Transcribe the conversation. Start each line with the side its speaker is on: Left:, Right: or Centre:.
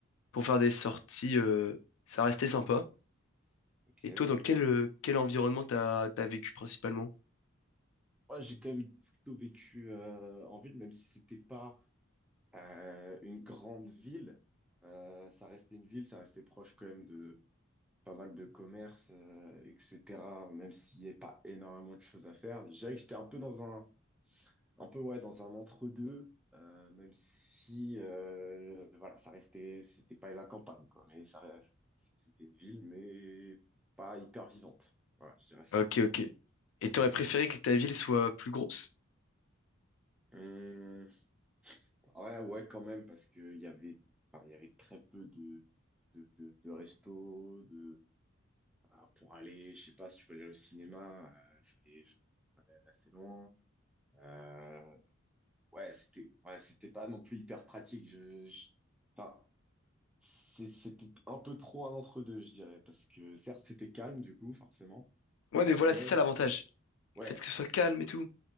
Left: pour faire des sorties, euh, ça restait sympa.
Centre: Ok.
Left: Et
Centre: Ouais,
Left: toi, dans quel, euh, quel environnement t'as, t'as vécu principalement?
Centre: j'ai quand même plutôt vécu euh, en ville, même si c'était pas euh, une grande ville. Euh, ça restait une ville, ça restait proche quand même de pas mal de commerces, euh, etc. Même s'il n'y avait pas énormément de choses à faire. Déjà, j'étais un peu dans un, un peu ouais, dans un entre-deux, euh, même si euh, voilà, ça restait, c'était pas la campagne, quoi. Mais ça, reste- c'était une ville, mais pas hyper vivante. Voilà, je dirais ça.
Left: Ok, ok. Et t'aurais préféré que ta ville soit plus grosse?
Centre: Hum. Ouais, ouais, quand même, parce que il y avait, enfin, il y avait très peu de, de, de, de restos, de, ah, pour aller, je sais pas, si tu voulais aller au cinéma, euh, fallait, fallait aller assez loin. Euh, ouais, c'était, ouais, c'était pas non plus hyper pratique. Je, je- enfin, c'est- c'était un peu trop un entre-deux, je dirais, parce que certes, c'était calme, du coup, forcément,
Left: Ouais,
Centre: mais
Left: mais voilà, c'est ça l'avantage.
Centre: ouais,
Left: Le fait que ce soit calme et tout.